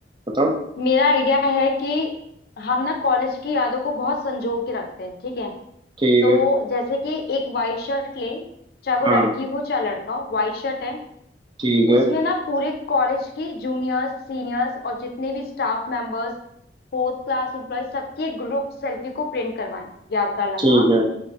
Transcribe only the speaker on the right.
बताओ
ठीक
है
हाँ
ठीक है
ठीक है